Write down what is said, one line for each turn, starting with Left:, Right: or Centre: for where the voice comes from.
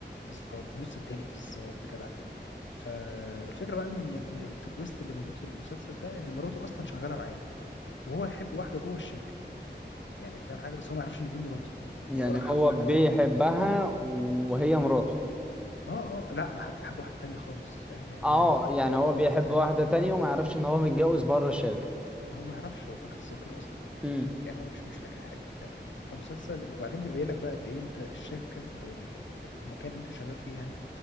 Left: بالظبط النص التاني بالظبط كده كده فالفكره بقى ان إن من التويست اللي موجود في المسلسل ده ان مراته اصلا شغاله معاه وهو يحب واحده جوه الشركه يعني فاهم حاجه بس هو ما يعرفش ان دي مراته وهو
Centre: يعني
Left: راح حب
Centre: هو
Left: واحده
Centre: بيحبها
Left: تانية
Centre: وهي مراته
Left: اه اه لا ما حب حب واحده تانية خالص فاهم يعني
Centre: اه
Left: هو
Centre: يعني
Left: وجد
Centre: هو بيحب
Left: واحده تانية
Centre: واحدة تانية وما يعرفش ان هو متجوز بره الشركة
Left: هو ما يعرفش هو فاقد الذاكره اصلا
Centre: امم
Left: يعني هو مش مش فاكر حاجه فاهم فمسلسل وبعدين بيبين لك بقى قد ايه انت الشركه او ال- ال- المكان اللي انت شغال فيه يعني